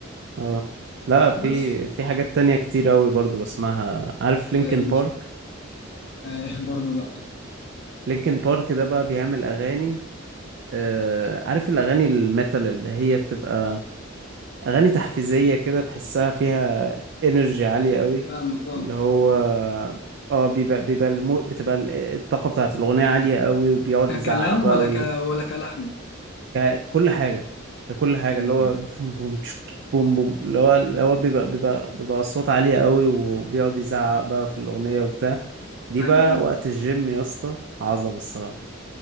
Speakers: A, on the right; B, on the left.
A: اه لا في
B: بس
A: في حاجات تانية كتير أوي برضو بسمعها عارف لينكن
B: زي
A: بارك
B: انت <laughs> آه برضه لا
A: لينكن بارك ده بقى بيعمل أغاني آه، عارف الأغاني الميتال اللي هي بتبقى أغاني تحفيزية كده تحسها فيها إنرجي عالية قوي
B: فاهمك اه
A: اللي هو اه بيبقى بيبقى المو... بتبقى ال- الطاقة بتاعة الأغنية عالية قوي وبيقعد
B: ككلام
A: يزعق بقى
B: ولا
A: وي...
B: ك ولا كلحن
A: ك- كل حاجة كل حاجة
B: مم.
A: اللي هو بوم بوم تشك تشك بوم بوم اللي هو اللي هو بيبقى بيبقى بيبقى الصوت عالية قوي وبيقعد يزعق
B: آه،
A: بقى في الأغنية وبتاع دي
B: ايوه
A: بقى
B: ايوه
A: وقت الجيم يا اسطى عظمة الصراحة